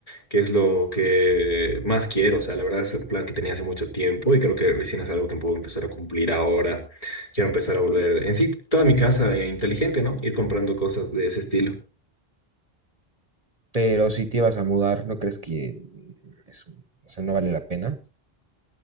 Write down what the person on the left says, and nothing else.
que es lo que más quiero. O sea, la verdad es un plan que tenía hace mucho tiempo y creo que recién es algo que puedo empezar a cumplir ahora. Quiero empezar a volver en sí toda mi casa eh, inteligente, ¿no? Ir comprando cosas de ese estilo.